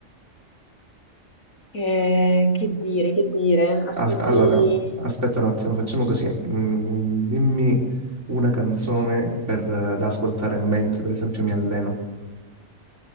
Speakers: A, on the left; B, on the right.
A: che, che dire, che dire? Ascolti
B: As- allora, aspetta un attimo, facciamo così. Mm, dimmi una canzone per, eh, da ascoltare mentre, per esempio, mi alleno.